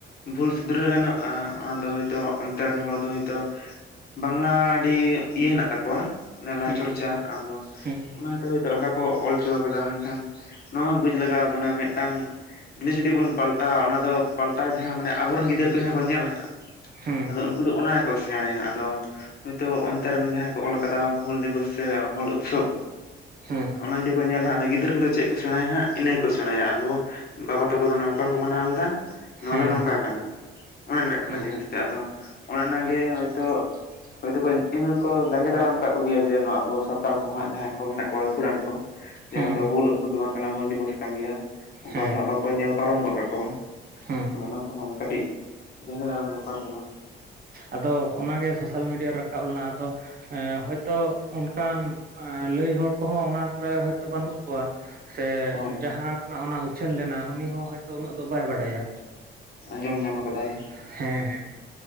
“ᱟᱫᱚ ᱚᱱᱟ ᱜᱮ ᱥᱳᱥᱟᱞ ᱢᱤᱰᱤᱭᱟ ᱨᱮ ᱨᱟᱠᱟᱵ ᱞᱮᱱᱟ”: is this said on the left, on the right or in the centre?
Right